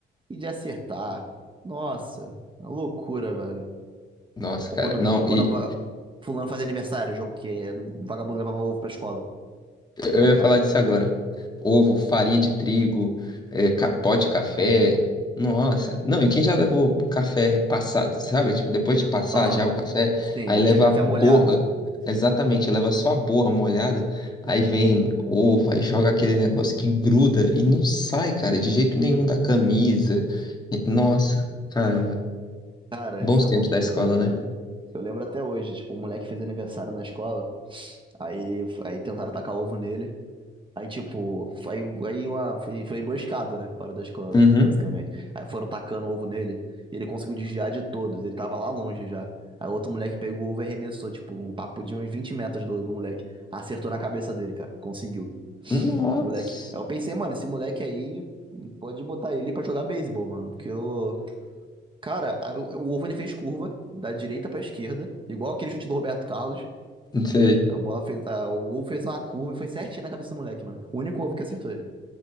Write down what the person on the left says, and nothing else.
Nossa,
cara.
Não,
e
Eu
ia falar disso agora. Ovo, farinha de trigo, é, ca- pó de café. Nossa, não, e quem já levou café passado, sabe? Tipo, depois de passar
já o café,
aí
leva
a borra.
Exatamente, leva só a borra molhada, aí
vem ovo, aí joga aquele negócio que gruda e não sai, cara, de jeito nenhum da camisa. E- Nossa, caramba.
Bons
tempos
da escola,
né?
Uhum.
Nossa,
não sei.